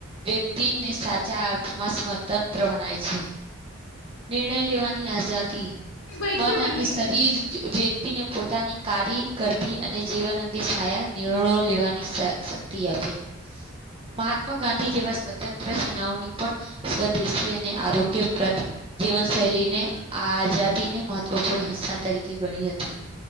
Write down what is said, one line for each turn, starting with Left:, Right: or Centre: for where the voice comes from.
Right: વ્યક્તિને સાાચા અર્થ મા સ્વતંત્ર બનાવે છે. નિર્ણય લેવાની આઝાદી
Left: બદલે
Right: મન
Left: બદલે
Right: અને શરીર
Left: ગે
Right: વ્યતિ વ્યતિને પોતાની કારી ગરદી અને જીવન અંગે સાયા નિર્ણયો લેવાની શક્તિ આપે, મહાત્મા ગાંધી જેવા સ્વતંત્ર તંત્ર સેનાઓની પણ સ્વદેશી અને આરોગ્યપ્રદ જીવન શૈલીને આઝાદી ને મહત્વપૂર્ણ હિસ્સા તરીકે ગણી હતી.